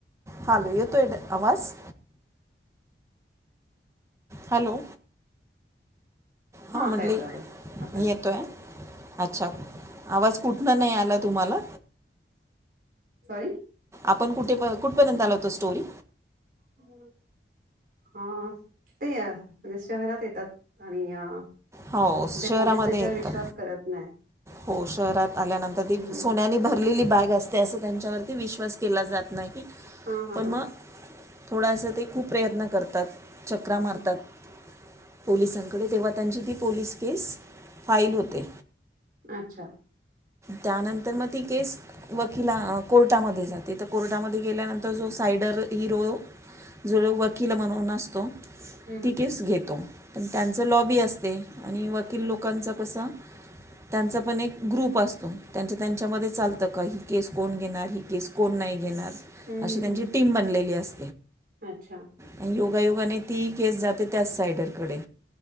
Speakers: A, on the right (about 15°); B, on the right (about 50°).
A: हा येतोय ना आवाज हॅलो
B: हा
A: हो
B: आता
A: म्हटली
B: येतोय आवाज. आता
A: मी
B: येतोय.
A: येतो आहे अच्छा आवाज कुठनं नाही आला तुम्हाला
B: सॉरी
A: आपण कुठे कुठपर्यंत आलो होतो स्टोरी
B: हम्म हा ते म्हणजे शहरात येतात. आणि अ
A: हो शहरामध्ये
B: ते पोलिसांच्यावर
A: येतात
B: विश्वास करत नाही.
A: हो शहरात आल्यानंतर ती
B: हम्म हम्म.
A: सोन्यानी भरलेली बॅग असते असं त्यांच्यावरती विश्वास केला जात नाही.
B: हा हा
A: पण
B: हा.
A: मग थोडासा ते खूप प्रयत्न करतात. चक्रा
B: हम्म
A: मारतात. पोलिसांकडे तेव्हा त्यांची ती पोलीस केस फाईल होते.
B: अच्छा.
A: त्यानंतर मग ती केस वकिला अ कोर्टामध्ये जाते. तर कोर्टामध्ये गेल्यानंतर जो सायडर हिरो जो वकील म्हणून असतो
B: हम्म
A: ती केस घेतो. पण त्यांच लॉबी असते आणि वकील लोकांचा कसा त्यांचा पण एक ग्रुप पासतो त्यांच्या त्यांच्यामध्ये चालतं का ही केस कोण घेणार ही केस कोण नाही घेणार.
B: हम्म
A: अशी
B: हम्म
A: त्यांची
B: हम्म
A: टीम बनलेली असते.
B: अच्छा.
A: आणि योगायोगाने ती केस जाते त्या साइडरकडे.